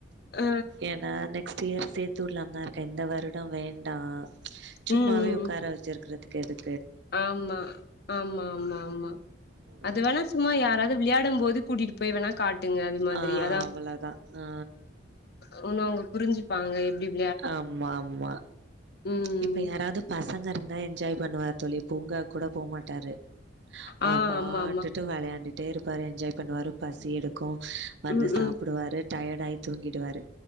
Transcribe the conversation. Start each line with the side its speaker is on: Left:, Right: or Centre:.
Left: ஆ
Right: ஏன்னா நெக்ஸ்ட் இயர் சேத் சேத்தூர்லாதா இருக்கே இந்த வருடோ வேண்டா சும்மாவே
Left: ம் ம்
Right: உக்கார
Left: ம்
Right: வச்சிருக்குறதுக்கு எதுக்
Left: ஆமா ஆமா ஆமா ஆமா
Right: ஓ
Left: அது வேணா சும்மா யாராது விளயாடும் போது கூட்டிட்டு போய் வேணா காட்டுங்க அது மாதிரி
Right: ஆ
Left: அதாவ்
Right: அவ்ளதா ஆ
Left: அவ்ங்க அவ்ங்க புரிஞ்சுப்பாங்க எப்டிப்
Right: ஆமா ஆமா
Left: ம்
Right: இப்ப யாராது பசங்க இருந்தா என்ஜாய் பண்ணுவாரு தோழி பூங்கா கூட போவ்மாட்டாரு அவர்
Left: ஆ
Right: பாட்டு
Left: ஆமா ஆமா
Right: ட்டு விளயாண்டுட்டே இருப்பாரு என்ஜாய் பண்ணுவாரு பசி எடுக்கு வந்து
Left: ம் ம்
Right: சாப்டுவாரு டயடாயி தூங்கிடுவாரு